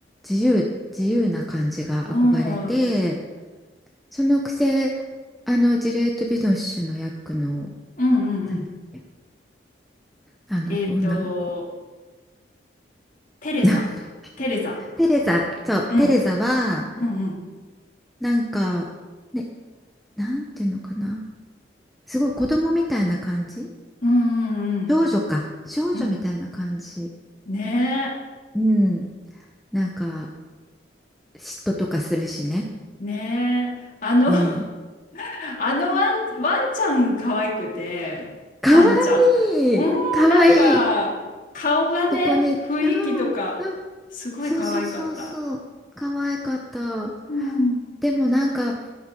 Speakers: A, in the centre; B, on the left (about 45°).
A: 自由、自由な感じが憧れて。
B: うん、うん
A: そのくせ、あの、ジェレート・ビノッシュの役の、
B: うんうん。
A: なんだっけあの、
B: えっと、
A: 女の子。
B: テレサ。
A: <laughs>
B: テレサ。
A: テレザ、そう、
B: うん。
A: テレザは、
B: うんうん。
A: なんか、ね、なんていうのかな。すごい子供みたいな感じ
B: うんうん
A: 少女か。少女みたいな感じ。
B: うん。うんね
A: うん。なんか、嫉妬とかするしね。
B: え。ねえ。あの、
A: うん。
B: <laughs> あのワン、ワンちゃん可愛くて、
A: かわ
B: ワンちゃ
A: いい。
B: ん。うん、
A: かわいい。
B: なんか、顔がね、
A: そこに、う
B: 雰囲気とか、
A: ん、うん。
B: すごい可愛かった。
A: そうそうそうそう。かわいかった。
B: うん、
A: でもなんか、